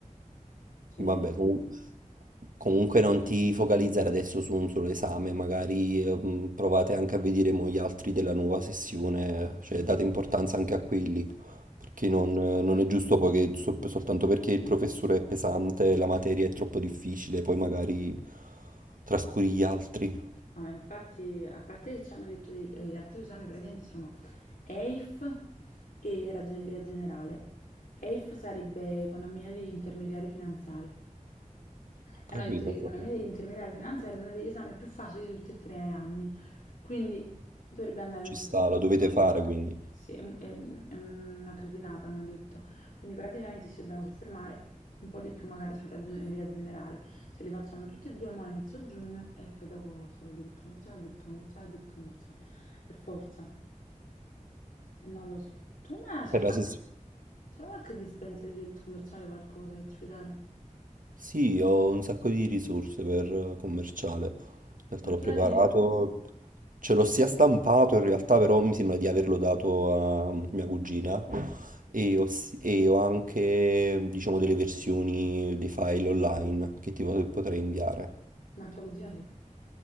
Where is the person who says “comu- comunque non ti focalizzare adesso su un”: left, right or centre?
Right